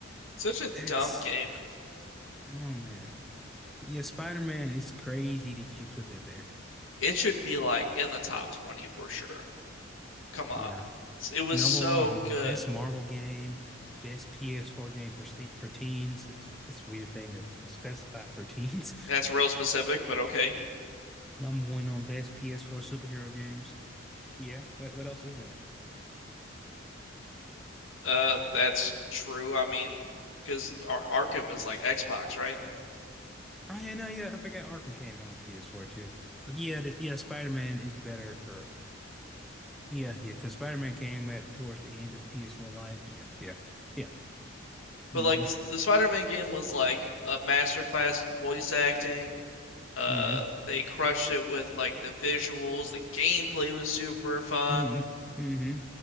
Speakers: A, on the left; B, in the centre.
A: Such a
B: That's,
A: dumb game.
B: oh man. But yeah, Spider-Man, it's crazy that you put that there.
A: It should be like in the top 20 for sure. Come on.
B: Yeah.
A: It was
B: Number
A: so
B: one,
A: good.
B: best Marvel game, best PS4 game for st for teens. It's it's a weird thing to specify for teens.
A: That's real specific, but okay.
B: <laughs> Number one on best PS4 superhero games. Yeah, what what else is there?
A: Uh, that's true. I mean, because Ar Arkham is like Xbox, right?
B: Oh yeah, no, yeah, I forgot Arkham came out on PS4 too. But yeah, the, yeah, Spider-Man is better for yeah, yeah, because Spider-Man came at towards the end of the PS4 life. Yeah, yeah, yeah.
A: But
B: Mm-hmm.
A: like the Spider-Man game was like a masterclass in voice acting. Uh,
B: Mm-hmm.
A: they crushed it with like the visuals. The gameplay was super fun.
B: Mm-hmm. Mm-hmm.